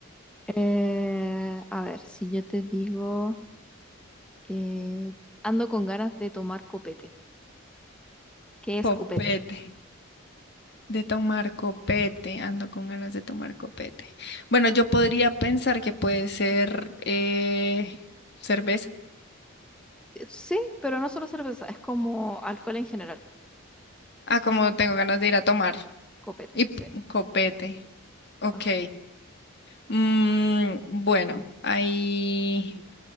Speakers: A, in the centre; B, on the left (about 50°).
A: Eh, a ver, si yo te digo. Eh, ando con ganas de tomar copete. ¿Qué es
B: Copete.
A: copete?
B: De tomar copete, ando con ganas de tomar copete. Bueno, yo podría pensar que puede ser eh, cerveza.
A: Eh, Sí, pero no solo cerveza, es como alcohol en general.
B: Ah, como tengo ganas de ir a tomar.
A: Copete,
B: Y
A: sí.
B: p- copete. Ok.
A: Ajá.
B: Mm, bueno, hay